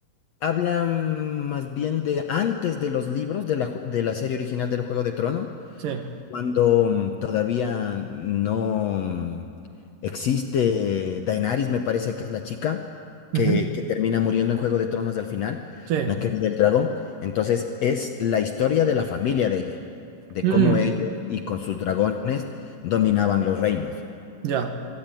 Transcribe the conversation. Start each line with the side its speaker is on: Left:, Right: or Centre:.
Left: habla más bien de antes de los libros de la, ju- de la serie original del Juego de Tronos,
Right: Sí.
Left: cuando mm, todavía no mm, existe Daenerys, me parece que es la chica
Right: Ujú,
Left: que, que termina muriendo en Juego de Tronos al final,
Right: sí.
Left: la que era del dragón. Entonces es la historia de la familia de ella, de
Right: Mm,
Left: cómo ellos y con sus dragones dominaban los reinos.
Right: ya.